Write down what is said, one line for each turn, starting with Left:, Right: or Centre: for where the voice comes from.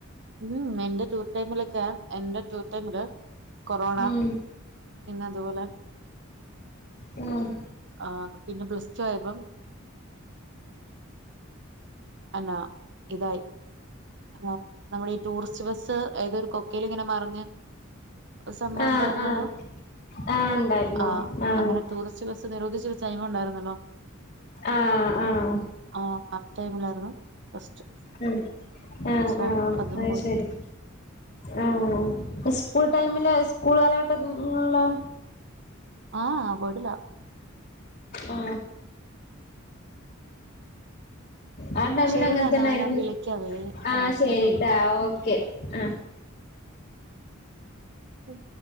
Right: ഉം എന്റെ ടൂർ ടൈമിലൊക്കെ എന്റെ ടൂർ ടൈമില് കൊറോണ
Left: ഉം
Right: പിന്നെ അത് പോലെ
Left: ഉം
Right: ആ പിന്നെ പ്ലസ് ടു ആയപ്പം അല്ലാ ഇതായി ആ നമ്മുടെ ഈ ടൂറിസ്റ്റ് ബസ്സ് ഏത് ഒരു കൊക്കയ്ൽ ഇങ്ങനെ മറിഞ്ഞ് ഒരു സംഭവം
Left: ആഹ്
Right: ഉണ്ടായിരുന്നല്ലോ
Left: ആഹ് ആഹ് ഉണ്ടായിരുന്നു
Right: ആ
Left: ആഹ്
Right: അങ്ങനെ ടൂറിസ്റ്റ് ബസ് നിരോധിച്ച ഒരു ടൈം ഉണ്ടായിരുന്നല്ലോ
Left: ആഹ് ആഹ്
Right: അ ആ ടൈമിലായിരുന്നു ഫസ്റ്റ്
Left: ഉ ആ
Right: സോ
Left: ആ അത്
Right: അതും പോയി
Left: ശരി ആ സ്കൂൾ ടൈമില് സ്കൂൾ കാലഘട്ടങ്ങളിലോ
Right: ആ പോയിട്ടില്ല
Left: ആ
Right: <inaudible>
Left: ആ ടൈമിൽ
Right: ശരിഡാ
Left: അങ്ങനെ
Right: എന്നാ
Left: തന്നെ ആയിരുന്നു
Right: ഞാൻ വിളിക്കാവേ
Left: ആ
Right: ഹസ്ബന്റ്
Left: ശരിട്ടാ
Right: വിളിക്കുന്നു
Left: ഓക്കെ ആ
Right: ഉം